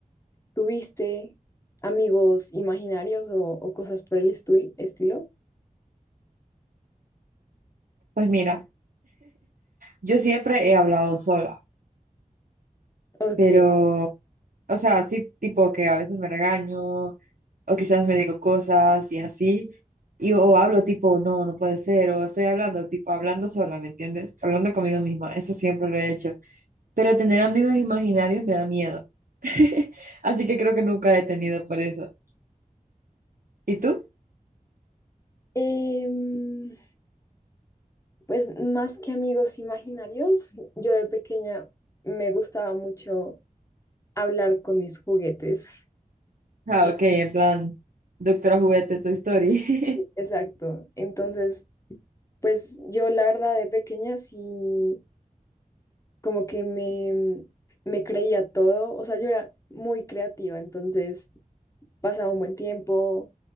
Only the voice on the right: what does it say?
Pues mira, yo siempre he hablado sola,
pero, o sea, sí, tipo que a veces me regaño o quizás me digo cosas y así, y o hablo tipo, no, no puede ser, o estoy hablando, tipo, hablando sola, ¿me entiendes? Hablando conmigo misma, eso siempre lo he hecho, pero tener amigos imaginarios me da miedo, <laughs> así que creo que nunca he tenido por eso. ¿Y tú?
Ah,
ok, en plan, doctora juguete, Toy Story. <laughs>